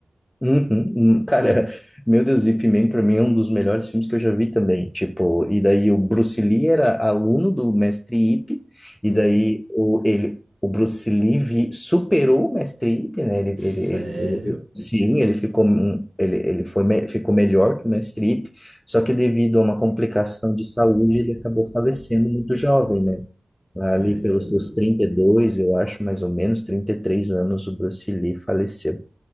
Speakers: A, on the left; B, on the right.
A: Uhum, uhum.
B: Uhum.
A: Cara, <laughs> meu Deus, Ip Man pra mim é um dos melhores filmes que eu já vi também. Tipo, e daí o Bruce Lee era aluno do mestre Ip,
B: Uhum.
A: e daí o, ele, o Bruce Lee vi- superou o mestre Ip, né? Ele,
B: Sério?
A: ele, ele- ele- sim, ele ficou, um- ele, ele foi, me- ficou melhor que o mestre Ip, só que devido a uma complicação de saúde, ele acabou falecendo muito jovem, né? Ali
B: Ai,
A: pelos
B: que-
A: seus 32 eu acho, mais ou menos, 33 anos, o Bruce Lee faleceu.